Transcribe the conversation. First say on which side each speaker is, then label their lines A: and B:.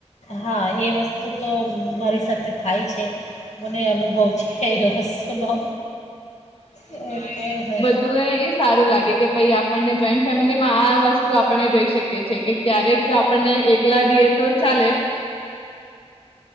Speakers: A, on the left; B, on the left.
A: હા એ વસ્તુ તો મારી સાથે થાય છે. મને અનુભવ છે એ વસ્તુનો હા એ જ ને
B: તો એ સારું લાગે કે ભાઈ આપણને જોઈન્ટ ફેમિલી માં આ વસ્તુ આપણે જોઈ શકીએ છીએ કે ક્યારેક આપણને એકલા રહીએ તો ચાલે